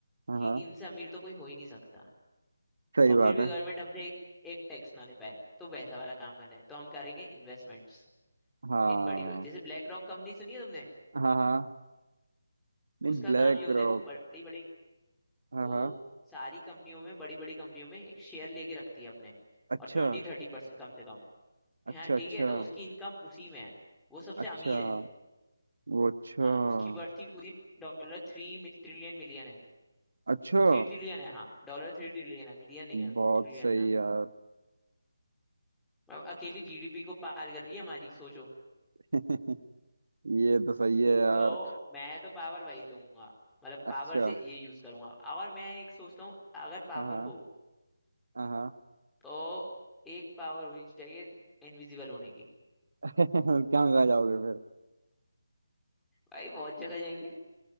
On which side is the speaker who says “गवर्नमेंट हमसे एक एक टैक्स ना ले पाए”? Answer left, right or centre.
Centre